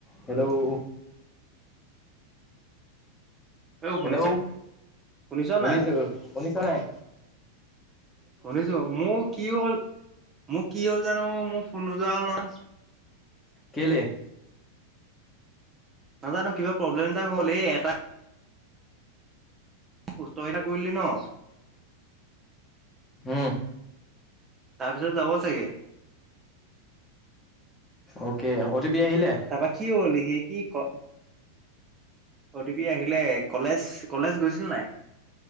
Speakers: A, on the left (about 15°); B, on the right (about 20°).
A: Hello,
B: এ
A: hello
B: শুনিছ শুনিছ
A: শুনিছোঁ
B: নাই?
A: শুনিছনে নাই
B: শুনিছো মোৰ কি হ'ল। মোক কি হ'ল জানো মোৰ ফোন নোযোৱা হ'ল নহয়।
A: কেলে?
B: নাজানো কিবা প্ৰব্লেম এটা হ'ল এই এটা সুস্থ এটা কৰিলি ন।
A: উম
B: তাৰপিছত যাব চাগে।
A: অকে অ পি আহিলে
B: তাৰপা কি হ'ল কি কি ক অতিপি আহিলে কলেজ কলেজ গৈছিল নাই।